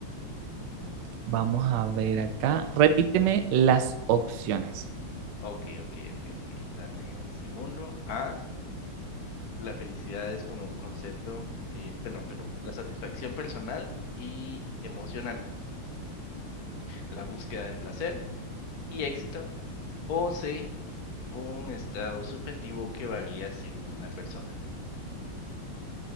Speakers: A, on the right; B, on the left.
A: Vamos a ver acá. Repíteme las opciones.
B: Ok, ok, ok, ok. Dame un segundo. A, la felicidad es como un concepto, eh, perdón, perdón, la satisfacción personal y emocional, la búsqueda de placer y éxito. O C, un estado subjetivo que varía según la persona.